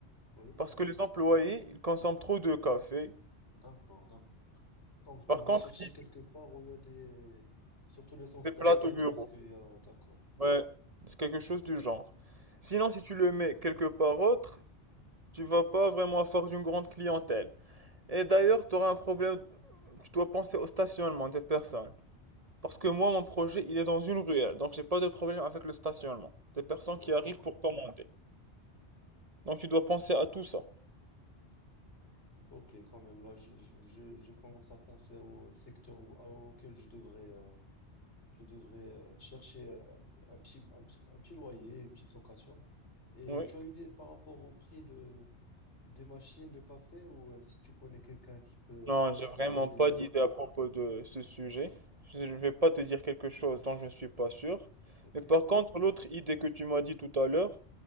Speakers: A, on the left (about 80°); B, on the right (about 35°).
A: Oui,
B: parce que les employés, ils consomment trop de café.
A: d'accord, d'accord. Donc, je devrais
B: Par contre,
A: chercher
B: si
A: quelque part où il y a des... Surtout les centres
B: des
A: d'appel,
B: plateaux bureaux
A: parce qu'il y a... D'accord,
B: Ouais, c'est quelque chose du genre. Sinon, si tu le mets quelque part autre, tu vas pas vraiment avoir une grande clientèle. Et d'ailleurs, tu auras un problème, tu dois penser au stationnement des personnes. Parce que moi, mon projet, il est dans une ruelle, donc j'ai pas de problème avec le stationnement. Des personnes
A: d'accord.
B: qui arrivent pour commander. Donc tu dois penser à tout ça.
A: Ok, quand même, là, je, je, je je commence à penser au secteur où, à- auquel je devrais, euh, je devrais euh, chercher euh, un petit, un petit, un petit loyer, une petite location. Et
B: Oui.
A: tu as une idée par rapport au prix de, des machines de café ou euh, si tu connais quelqu'un qui peut euh,
B: Non, j'ai vraiment
A: m'aider
B: pas
A: euh,
B: d'idée à propos de ce sujet. Je ne vais pas te dire quelque chose dont je ne suis pas sûr.
A: Ok,
B: Mais par contre, l'autre idée que tu m'as dit tout à l'heure,